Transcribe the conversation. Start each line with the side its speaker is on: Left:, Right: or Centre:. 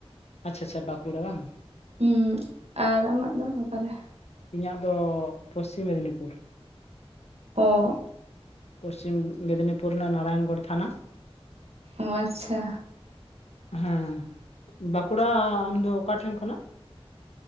Left: ᱟᱪᱪᱷᱟ, ᱟᱪᱪᱷᱟ ᱵᱟᱠᱩᱲᱟ ᱵᱟᱝ?
Right: ᱦᱩᱸ ᱟᱨ ᱟᱢᱟᱜ ᱫᱚ ᱚᱠᱟᱨᱮ?
Left: ᱤᱧᱼᱟᱹᱜ ᱫᱚ, ᱯᱚᱥᱪᱤᱢ ᱢᱮᱫᱽᱱᱤᱯᱩᱨ᱾
Right: ᱚᱻᱜ᱾
Left: ᱯᱚᱥᱪᱤᱢ ᱢᱮᱫᱽᱱᱤᱯᱩᱨ ᱨᱮᱱᱟᱜᱼᱟ ᱱᱟᱨᱟᱭᱚᱱᱜᱚᱲ ᱛᱷᱟᱱᱟ᱾
Right: ᱚᱻᱟᱪᱪᱷᱟ᱾
Left: ᱦᱮᱸ, ᱵᱟᱸᱠᱩᱲᱟ ᱟᱢ ᱫᱚ ᱚᱠᱟ ᱴᱷᱮᱱ ᱠᱷᱚᱱᱟᱜ?